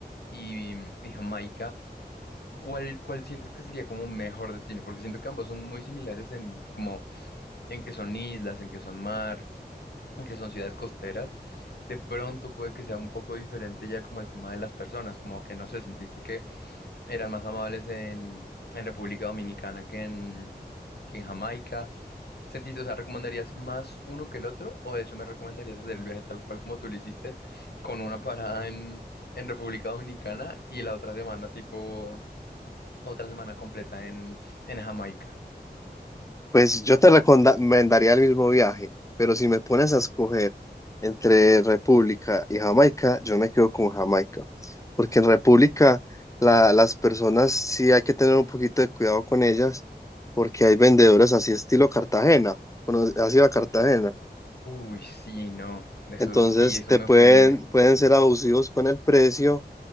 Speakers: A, on the left (about 70°); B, on the left (about 20°).
A: y, y Jamaica, ¿cuál, cuál sientes que sería como un mejor destino? Porque siento que ambos son muy similares en como en que son islas, en que son mar, en que son ciudades costeras. De pronto puede que sea un poco diferente ya como el tema de las personas, como que no sé, sintiste que eran más amables en, en República Dominicana que en, que en Jamaica, ¿Sentiste, o sea, recomendarías más uno que el otro? ¿O de hecho me recomendarías hacer el viaje tal cual como tú lo hiciste, con una parada en, en República Dominicana y la otra semana, tipo, otra semana completa en, en Jamaica?
B: Pues yo te recomendaría el mismo viaje, pero si me pones a escoger entre República y Jamaica, yo me quedo con Jamaica, porque en República la- las personas sí hay que tener un poquito de cuidado con ellas, porque hay vendedores así estilo Cartagena, bueno, así va Cartagena,
A: Uy, sí, no, eso
B: entonces
A: sí, eso
B: te
A: me
B: pueden,
A: ofende.
B: pueden ser abusivos con el precio